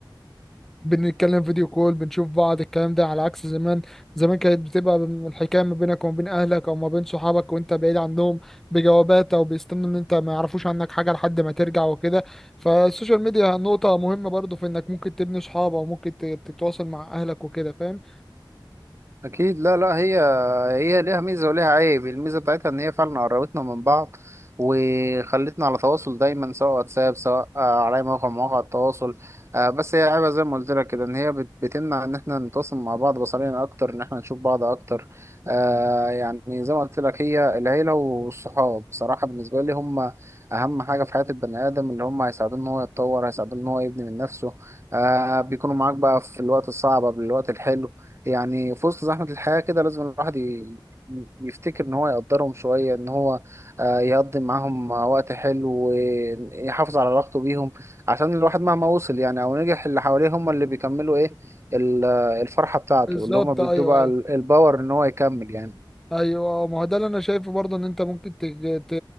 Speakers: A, in the centre; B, on the right.
A: بنتكلم فيديو كول بنشوف بعض الكلام ده على عكس زمان زمان كانت بتبقى الحكايه ما بينك وما بين اهلك او ما بين صحابك وانت بعيد عنهم بجوابات او بيستنوا ان انت ما يعرفوش عنك حاجه لحد ما ترجع وكده فالسوشيال ميديا نقطه مهمه برضو في انك ممكن تبني صحاب او ممكن ت- تتواصل مع اهلك وكده فاهم
B: اكيد لا لا هي هي ليها ميزه وليها عيب الميزه بتاعتها ان هي فعلا قربتنا من بعض وخلتنا على تواصل دايما سواء واتساب سواء آه، على أي موقع من مواقع التواصل آه، بس هي عيبها زي ما قلت لك كده ان هي بت- بتمنع ان احنا نتواصل مع بعض بصريا اكتر ان احنا نشوف بعض اكتر آه، يعني زي ما قلت لك هي العيله والصحاب بصراحه بالنسبه لي هم اهم حاجه في حياه البني ادم اللي هم هيساعدوه ان هو يتطور هيساعدوه ان هو يبني من نفسه آه، بيكونوا معاك بقى في الوقت الصعب قبل الوقت الحلو يعني في وسط زحمة الحياة كده لازم الواحد ي- ي- يفتكر إن هو يقدرهم شوية إن هو آه، يقضي معاهم آه، وقت حلو ويحافظ على علاقته بيهم عشان الواحد مهما وصل يعني أو نجح اللي حواليه هم اللي بيكملوا إيه ال- آه، الفرحة بتاعته
A: بالظبط
B: اللي هم بيدوه
A: ايوه
B: بقى
A: أيوه.
B: ال- الباور إن هو يكمل يعني
A: ايوه ما هو ده اللي انا شايفه برضه ان انت ممكن تج- ت...